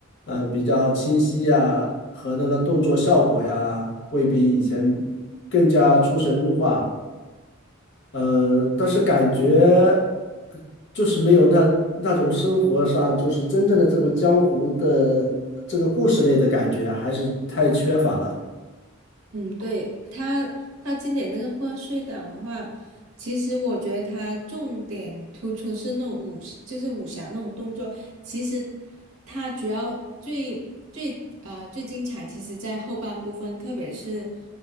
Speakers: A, on the left; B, on the right.
A: 呃，比较清晰呀，和那个动作效果呀，会比以前更加出神入化。呃，但是感觉就是没有那那种生活上，就是真正的这个江湖的这个故事类的感觉，还是太缺乏了。
B: 嗯，对，他，他今年那个贺岁档的话，其实我觉得他重点突出是那种武，就是武侠那种动作。其实他主要最最呃最精彩，其实在后半部分，特别是